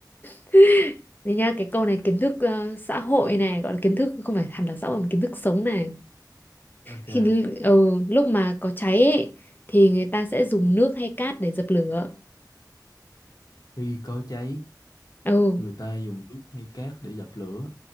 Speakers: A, on the left (about 25°); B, on the left (about 55°).
A: <laughs> Thế nha, cái câu này kiến thức ờ, xã hội này gọi là kiến thức không phải hẳn là xã hội mà kiến thức sống này.
B: ok
A: Khi l- ờ, lúc mà có cháy ấy, thì người ta sẽ dùng nước hay cát để dập lửa.
B: khi có cháy
A: ừ
B: người ta dùng nước hay cát để dập lửa